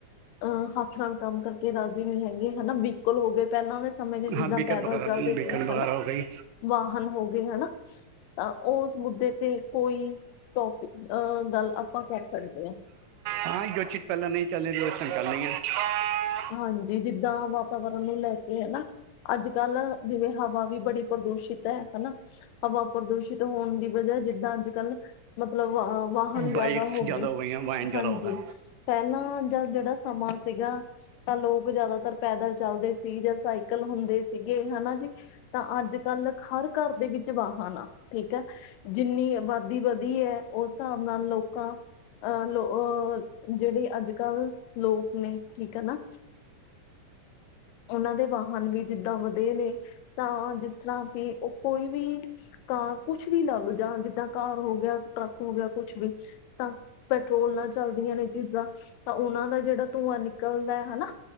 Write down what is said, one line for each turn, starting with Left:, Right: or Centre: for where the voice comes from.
Left: ਅਹ ਹੱਥ ਨਾਲ ਕੰਮ ਕਰਕੇ ਰਾਜ਼ੀ ਨਹੀਂ ਹੈਗੇ ਹਨਾ ਵਹੀਕਲ ਹੋ ਗਏ ਪਹਿਲਾਂ ਦੇ ਸਮੇਂ ਦੇ ਜਿੱਦਾਂ
Right: ਹਾਂ ਬੇਕਰ
Left: ਪੈਦਲ
Right: ਵਗੈਰਾ
Left: ਚੱਲਦੇ ਸੀ
Right: ਬੇਕਰ ਵਗੈਰਾ
Left: ਹਨਾ
Right: ਹੋ ਗਈ
Left: ਵਾਹਨ ਹੋ ਗਏ ਹਨਾ। ਤਾਂ ਉਸ ਮੁੱਦੇ ਤੇ ਕੋਈ ਟੋਪਿਕ ਅ ਗੱਲ ਆਪਾਂ ਕਰ ਸਕਦੇ ਹਾਂ।
Right: ਹਾਂ ਜੋ ਚੀਜ਼ ਪਹਿਲਾਂ ਨਹੀਂ ਚੱਲ ਰਹੀਆਂ ਸੀ ਓ ਚਲ ਰਹੀਆਂ ਨੇ।
Left: ਹਾਂਜੀ ਜਿੱਦਾਂ ਵਾਤਾਵਰਨ ਨੂੰ ਲੈ ਕੇ ਹਨਾ ਅੱਜ ਕੱਲ੍ਹ ਜਿਵੇਂ ਹਵਾ ਵੀ ਬੜੀ ਪ੍ਰਦੂਸ਼ਿਤ ਹੈ ਹਨਾ। ਹਵਾ ਪ੍ਰਦੂਸ਼ਿਤ ਹੋਣ ਦੀ ਵਜ੍ਹਾ ਜਿੱਦਾਂ ਅੱਜ ਕੱਲ ਮਤਲਬ ਵਾਹਨ ਜ਼ਿਆਦਾ
Right: ਬਾਈਕਸ
Left: ਹੋਗੇ
Right: ਹੋ ਗਈਆਂ, ਵਾਹਨ ਜ਼ਿਆਦਾ
Left: ਹਾਂਜੀ
Right: ਹੋ ਗਏ। ਹੂੰ।
Left: ਪਹਿਲਾਂ ਦਾ ਜਿਹੜਾ ਸਮਾਂ ਸੀਗਾ। ਤਾਂ ਲੋਕ ਜਿਆਦਾਤਰ ਪੈਦਲ ਚਲਦੇ ਸੀ ਜਾਂ ਸਾਈਕਲ ਹੁੰਦੇ ਸੀਗੇ ਹਨਾ ਜੀ। ਤਾਂ ਅੱਜ ਕੱਲ ਹਰ ਘਰ ਦੇ ਵਿੱਚ ਵਾਹਨ ਆ ਠੀਕ ਹੈ। ਜਿੰਨੀ ਅਬਾਦੀ ਵਧੀ ਹੈ ਉਸ ਹਿਸਾਬ ਨਾਲ ਲੋਕਾਂ ਅਹ ਲੋ ਅ ਜਿਹੜੇ ਅੱਜ ਕੱਲ ਲੋਕ ਨੇ ਠੀਕ ਹੈ ਨਾ ਉਹਨਾਂ ਦੇ ਵਾਹਨ ਵੀ ਜਿੱਦਾਂ ਵਧੇ ਨੇ ਤਾਂ ਜਿਸ ਤਰ੍ਹਾਂ ਵੀ ਉਹ ਕੋਈ ਵੀ ਕਾਰ ਕੁਛ ਵੀ ਲਾ ਲੋੋ ਜਾਂ ਜਿੱਦਾਂ ਕਾਰ ਹੋ ਗਿਆ ਟਰੱਕ ਹੋ ਗਿਆ ਕੁਛ ਵੀ ਤਾਂ ਪੈਟਰੋਲ ਨਾਲ ਚੱਲਦੀਆਂ ਨੇ ਚੀਜ਼ਾਂ ਤਾਂ ਔਨਾਂ ਦਾ ਜੜਾ ਧੂਆਂ ਨਿਕਲਦਾ ਹਨਾ,